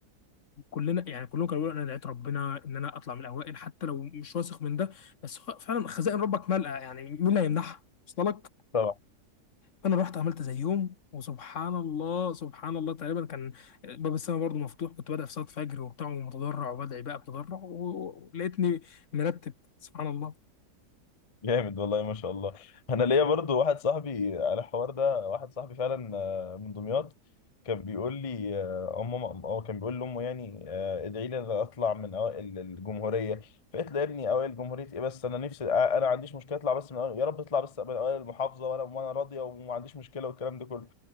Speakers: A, on the left; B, on the left.
A: كلنا يعني كلهم كانوا بيقولوا انا دعيت ربنا ان انا اطلع من الاوائل حتى لو مش واثق من ده بس هو فعلا خزائن ربك ملأ يعني مين اللي هيمنعها وصل لك
B: طبعا
A: فانا رحت عملت زيهم وسبحان الله سبحان الله تقريبا كان باب السماء برضه مفتوح كنت بدأ في صلاة فجر وبتاع ومتضرع وبدعي بقى بتضرع و- ولقيتني مرتب سبحان الله
B: جامد والله ما شاء الله انا ليا برضو واحد صاحبي على الحوار ده واحد صاحبي فعلا آه، من دمياط كان بيقول لي آه، امه هو كان بيقول لامه يعني آه، ادعي لي إن أنا اطلع من اوائل الجمهوريه فقلت له يا ابني اوائل جمهوريه ايه بس انا نفسي آه، انا ما عنديش مشكله اطلع بس من أوائل يا رب اطلع بس من اوائل المحافظه وانا وانا راضيه وما عنديش مشكله والكلام ده كله